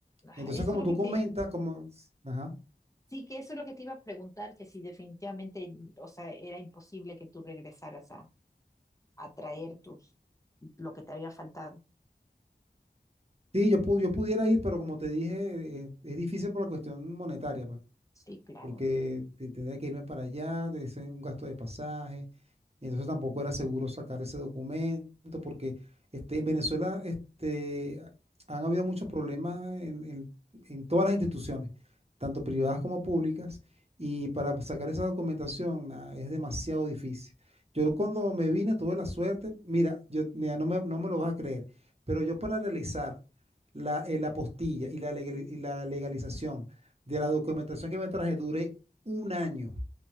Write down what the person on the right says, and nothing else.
Entonces,
como
tú
comentas,
como, ajá,
sí, yo, pu- yo pudiera ir, pero como te dije, eh, es difícil por la cuestión monetaria, pues.
porque te- tendría que irme para allá, de ser un gasto de pasaje, y entonces tampoco era seguro sacar ese documento, porque este, en Venezuela este, han habido muchos problemas en, en- en todas las instituciones, tanto privadas como públicas, y para sacar esa documentación nah, es demasiado difícil. Yo cuando me vine tuve la suerte, mira, yo, mira, no me, no me lo vas a creer, pero yo para realizar la, eh, la apostilla y la, legal- y la legalización, de la documentación que me traje, duré un año